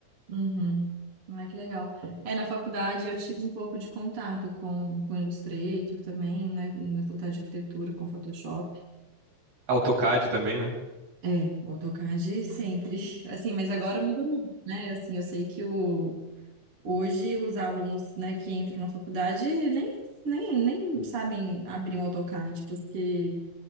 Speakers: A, on the right; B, on the right.
A: Uhum. Ah, que legal. É, na faculdade eu tive um pouco de contato com, com Illustrator também, né? Na faculdade de arquitetura, com Photoshop.
B: AutoCAD também, né?
A: É, o AutoCAD sempre. <laughs> Assim, mas agora mudou muito, né? Assim, eu sei que o, hoje os alunos, né, que entram na faculdade nem, nem, nem sabem abrir um AutoCAD, porque